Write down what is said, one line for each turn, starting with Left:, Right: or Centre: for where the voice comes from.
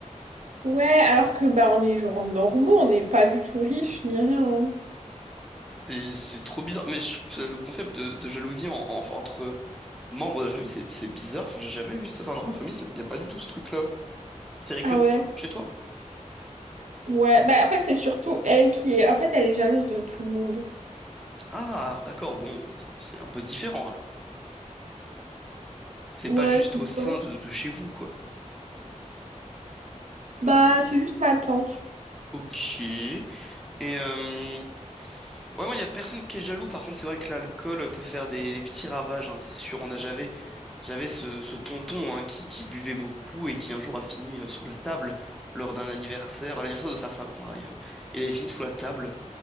Right: Ouais, alors que bah on est genre normaux, on n'est pas du tout riches ni rien. hein.
Centre: C'est c'est trop bizarre. Mais je trouve ça- le concept de, de jalousie en- en- entre membres de la famille, c'est c'est bizarre. Enfin, j'ai jamais vu ça. Enfin, dans ma famille, il n'y a pas du tout ce truc-là. C'est récurrent
Right: Ah ouais?
Centre: chez toi?
Right: Ouais, bah en fait c'est surtout elle qui est... En fait elle est jalouse de tout le monde.
Centre: Ah, d'accord, bon, bah, ça- c'est un peu différent alors. C'est
Right: Ouais,
Centre: pas juste
Right: tout
Centre: au
Right: le
Centre: sein
Right: temps.
Centre: de, de chez vous, quoi.
Right: Bah
Centre: Euh,
Right: c'est juste ma tante.
Centre: ok. Et euh, Ouais, moi, il y a personne qui est jaloux. Par contre, c'est vrai que l'alcool peut faire des, des petits ravages, hein, c'est sûr. On a, j'avais, j'avais ce, ce tonton hein, qui, qui buvait beaucoup et qui un jour a fini euh, sous la table lors d'un anniversaire, à l'anniversaire de sa femme par ailleurs. Il avait fini sous la table,